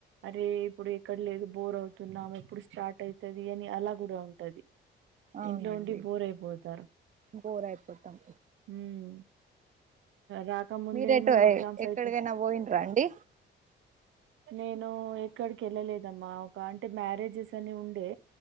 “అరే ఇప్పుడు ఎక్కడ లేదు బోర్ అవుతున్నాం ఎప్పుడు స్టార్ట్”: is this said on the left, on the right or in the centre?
Right